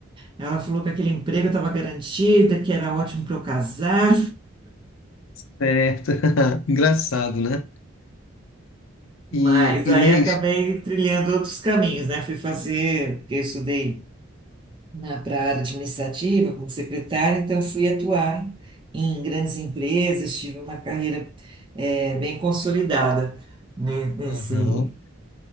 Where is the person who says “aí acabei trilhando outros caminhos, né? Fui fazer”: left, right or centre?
Right